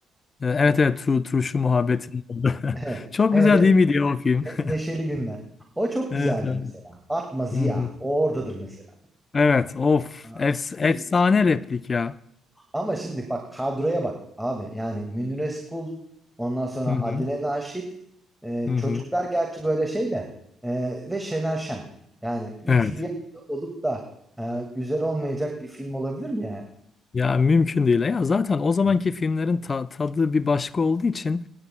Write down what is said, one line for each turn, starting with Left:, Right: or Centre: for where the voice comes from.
Left: e, evet evet tu, turşu muhabbetin oldu. <laughs>
Centre: <laughs> Evet.
Left: Çok
Centre: Evet
Left: güzel
Centre: evet.
Left: değil miydi ya o film?
Centre: Ne-
Left: <laughs>
Centre: neşeli günler. O çok
Left: Evet.
Centre: güzeldi
Left: Evet,
Centre: mesela. Atma Ziya.
Left: Hı hı.
Centre: O oradadır mesela.
Left: Evet, of
Centre: Aa.
Left: efs-
Centre: <laughs>
Left: efsane replik ya.
Centre: Ama şimdi bak kadroya bak abi. Yani Münir Özkul ondan sonra
Left: Hı hı.
Centre: Adile Naşit e,
Left: Hı hı.
Centre: çocuklar gerçi böyle şey de e, ve Şener Şen. Yani üçü
Left: Evet.
Centre: bir arada olup da e, güzel olmayacak bir film olabilir mi yani?
Left: Ya mümkün değil. Ya zaten o zamanki
Centre: Hı hı.
Left: filmlerin ta- tadı bir başka olduğu için